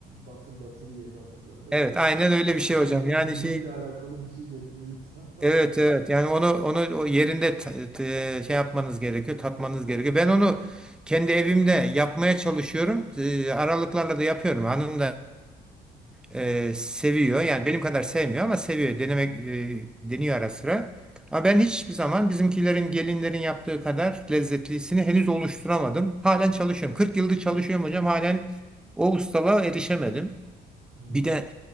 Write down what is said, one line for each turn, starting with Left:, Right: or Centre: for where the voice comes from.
Right: batır batır ye batır böyle
Centre: evet aynen öyle
Right: hani
Centre: bir şey hocam
Right: yemek
Centre: yani
Right: zulmüyle
Centre: şey
Right: alakalı bir şey getiriyor <laughs> insan aklına.
Centre: evet evet yani onu onu o yerinde ta- te- şey yapmanız gerekiyor tatmanız gerekiyor ben onu kendi evimde yapmaya çalışıyorum Ee, aralıklarla da yapıyorum hanım da e, seviyor. Yani benim kadar sevmiyor ama seviyor. Denemek e, deniyor ara sıra. Ama ben hiçbir zaman bizimkilerin, gelinlerin yaptığı kadar lezzetlisini henüz oluşturamadım. Halen çalışıyorum. 40 yıldır çalışıyorum hocam. Halen o ustalığa erişemedim.
Right: Hmm.
Centre: Bir de